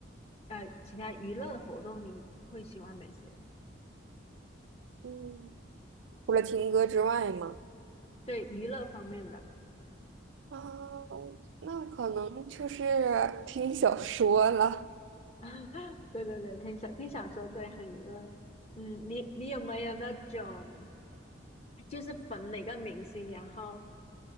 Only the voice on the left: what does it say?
呃其他娱乐活动，你会喜欢哪些？
对娱乐方面的，
<laughs> 对对对，听小听小说，对，很娱乐。嗯，你你有没有那种就是粉哪个明星，然后